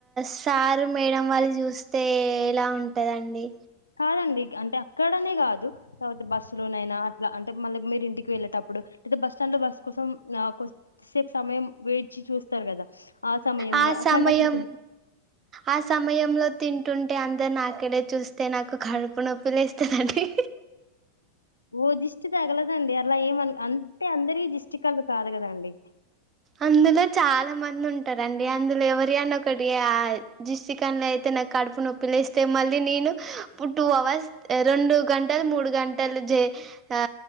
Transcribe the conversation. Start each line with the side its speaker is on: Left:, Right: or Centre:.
Right: సారు మేడం వాళ్ళు చూస్ స్తే ఎలా ఉంటదండి
Left: కాదండి అంటే అక్కడనే కాదు తర్వాత బస్సు లోనైనా అంటే మళ్ళి మీరు ఇంటికి వెళ్ళేటప్పుడు అయితే బస్ స్టాండ్ లో బస్ కోసం నా కొ సేపు సమయం వెయిట్ చూస్తారు కదా సమయంలో
Right: ఆ సమయం
Left: అట్లాంటప్పుడు తిన్
Right: ఆ సమయంలో తింటుంటే అం త నాక్కడే చూస్తే నాకు కడుపు నొప్పి లేస్తాదండీ
Left: ఓ దిష్టి తగలదండి అలా ఏమను అంటే అందరీ దిష్టి కళ్ళు కాదు కద అండి
Right: అందులో చాలా మంది ఉంటారండి అందులో ఎవరి అన్న ఒకటి ఆ దిష్టికళ్ళు అయితే కడుపు నొప్పి లేస్తే మళ్ళీ నేను ఇప్పుడ్ టూ అవర్స్ రెండు గంటలు మూడు గంటలు ఆ